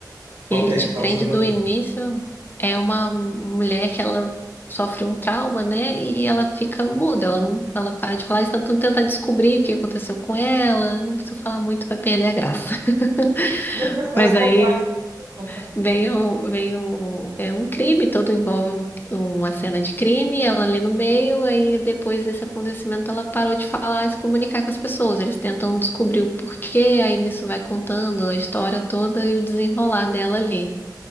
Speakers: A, on the right; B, on the left.
A: Qual
B: Ele
A: que é?
B: te
A: Fala
B: prende
A: sobre
B: do
A: o quê?
B: início. É uma mulher que ela sofre um trauma, né? E ela fica muda, ela não, ela para de falar, eles tentam tentar descobrir o que aconteceu com ela. Não precisa falar muito, vai perder a graça. <laughs>
A: Não, mas pode
B: Mas
A: contar,
B: aí
A: pode contar.
B: vem o, vem o, é um crime, todo envolve um- uma cena de crime, ela ali no meio, aí depois desse acontecimento ela parou de falar e se comunicar com as pessoas. Eles tentam descobrir o porquê, aí nisso vai contando a história toda e o desenrolar dela ali.